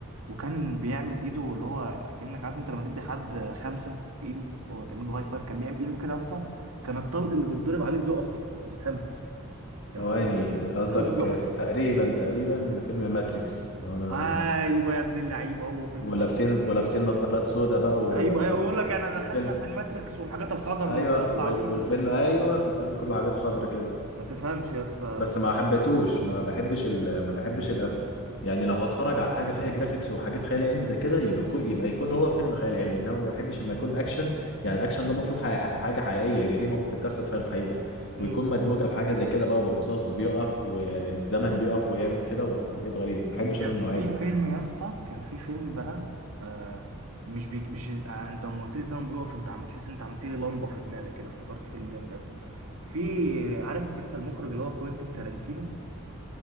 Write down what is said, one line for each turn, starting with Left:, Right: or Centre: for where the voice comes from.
Right: وكان بيعمل ايده اللي هو اكنك عارف انت لما تدي حد خمسه في ايده هو تعمل له هاي فايف كان بيعمل ايده كده يا اسطى كان الطلق اللي بيتضرب عليه بيقف في السماء
Left: ثواني
Right: كان حرفياً
Left: قصدك
Right: الطلق بيقف
Left: آه، تقريبا تقريبا فيلم ماتريكس لو انا
Right: ايوه يا ابن اللعيبه هو فيلم
Left: ولابسين
Right: مدهش
Left: ولابسين نظارات سودا بقى و...
Right: ايوه ايوه ويقول
Left: و...
Right: لك انا
Left: والفيلم
Right: دخلنا في الماتريكس والحاجات الخضر
Left: ايوه
Right: اللي بتطلع
Left: وال-
Right: دي وما
Left: والفيلم ايوه الفيلم كله حاجات خضرة كده
Right: تفهمش يا اسطى
Left: بس ما حبيتوش ما بحبش ال... ما بحبش القفل يعني لو هتفرج على حاجه فيها جرافيكس وحاجات خيال علمي زي كده يبقى يكون يبقى يكون هو فيلم خيال علمي انما ما بحبش لما يكون اكشن يعني الاكشن ده المفروض حي... حاجه حقيقيه جريمه ممكن تحصل فيها الحقيقه
Right: مم.
Left: ويكون مدموجه بحاجه زي كده بقى والرصاص بيقف والزمن بيقف ويعمل كده وحاجات غريبه ما بحبش
Right: كان
Left: انا النوعيه
Right: في
Left: دي
Right: فيلم يا اسطى كان في فيلم بقى آه مش بيك مش آه انت لما قلت لي زمن بيقف انت عم تحس إن انت عملت لي لمبه في دماغي كده افتكرت فيلم جامد قوي في عارف انت المخرج اللي هو كوينتين تارانتينو